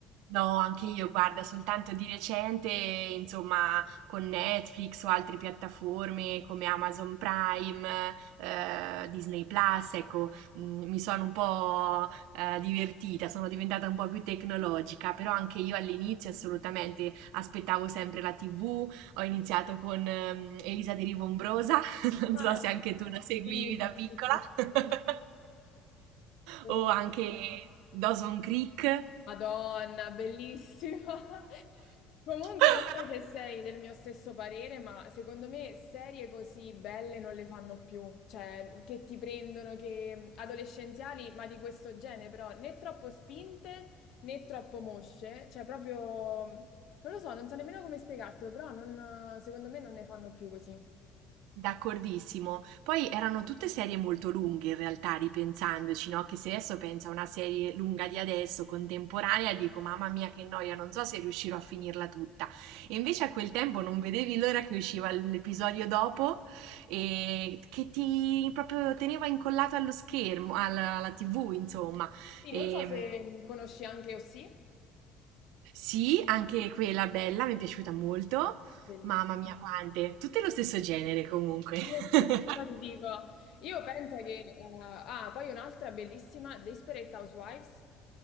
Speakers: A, on the right; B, on the left.
A: No, anche io, guarda, soltanto di recente, insomma, con Netflix o altre piattaforme come Amazon Prime, eh, Disney Plus, ecco, mh, mi sono un po', eh, divertita, sono diventata un po' più tecnologica, però anche io all'inizio assolutamente aspettavo sempre la TV, ho iniziato con, ehm, Elisa De Rivombrosa, <laughs> non
B: Ah,
A: so se anche tu la seguivi
B: sì,
A: da piccola,
B: sì, sì, sì,
A: <laughs>
B: sì, bellissimo.
A: o anche Dawson Creek.
B: Madonna, bellissima! <laughs> Comunque,
A: <laughs>
B: non so se sei del mio stesso parere, ma secondo me serie così belle non le fanno più, cioè che ti prendono, che adolescenziali, ma di questo genere, però né troppo spinte né troppo mosce, cioè proprio, non lo so, non so nemmeno come spiegartelo, però non- secondo me non ne fanno più così.
A: D'accordissimo. Poi erano tutte serie molto lunghe in realtà, ripensandoci, no? Che se adesso penso a una serie lunga di adesso, contemporanea, dico mamma mia che noia, non so se riuscirò a finirla tutta. E invece a quel tempo non vedevi l'ora che usciva l- l'episodio dopo e che ti proprio teneva incollato allo schermo, alla, alla TV, insomma.
B: Sì,
A: E,
B: non so se conosci anche Osì.
A: sì, anche quella bella, mi è piaciuta molto.
B: Bellissimo.
A: Mamma mia,
B: <laughs>
A: quante! Tutte lo stesso genere comunque.
B: Eh
A: <laughs>
B: sì, perciò ti dico, io penso che... eh, ah, poi un'altra bellissima, Desperate Housewives.